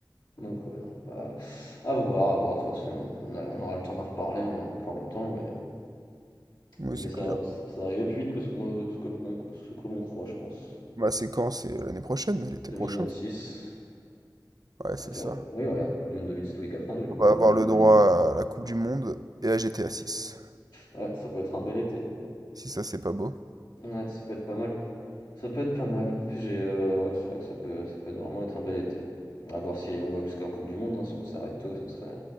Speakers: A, on the left (about 70°); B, on the right (about 60°).
A: donc ouais, non, bah à voir, à voir, de toute façon on, a- on aura le temps d'en reparler, hein, on a encore le temps, mais,
B: Oui,
A: mais
B: c'est
A: ça,
B: clair.
A: ça, ça arrivait plus vite que ce, qu'on- ce que, l'on- ce que l'on croit, je pense.
B: Ma séquence, c'est l'année prochaine, l'été
A: 2026,
B: prochain. Ouais, c'est
A: ah tu
B: ça.
A: vois, oui regarde, la Coupe du Monde 2000, c'est tous les 4 ans, la Coupe
B: On va
A: du
B: avoir
A: Monde 2000.
B: le droit à la Coupe du Monde et à GTA 6.
A: Ouais, ça peut être un bel été.
B: Si ça, c'est pas beau.
A: Ouais, ça peut être pas mal. Ça peut être pas mal. En plus, j'ai, heu, ouais, c'est vrai que ça peut ça peut vraiment être un bel été. À voir si on va jusqu'à la coupe du monde, hein. Si on s'arrête tôt, ça serait